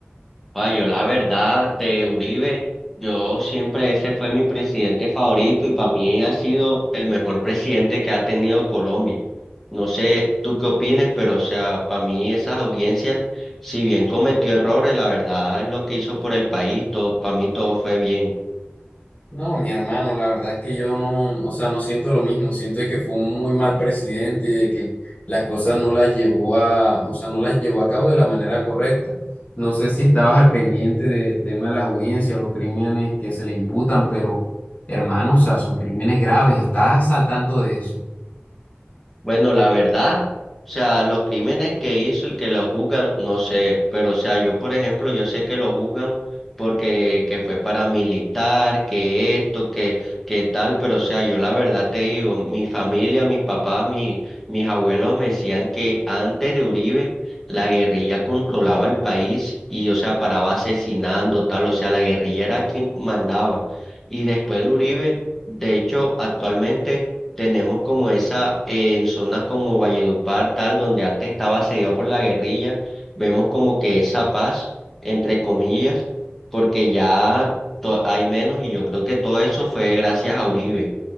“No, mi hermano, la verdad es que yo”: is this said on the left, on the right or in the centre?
Left